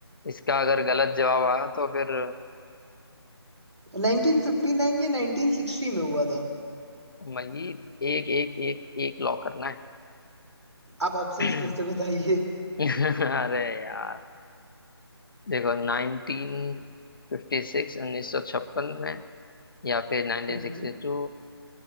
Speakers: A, on the left; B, on the right.
A: इसका अगर गलत जवाब आया तो फिर
B: 1959 या 1960 में हुआ था
A: मजीद एक एक एक एक लॉक करना है
B: आप ऑप्शंस फिर
A: <clears throat>
B: से बताइए
A: <laughs> अरे यार देखो नाइनटीन फिफ्टी सिक्स उन्नीस सौ छप्पन में या फिर नाइनटीन
B: <laughs> हम्म
A: सिक्सटी टू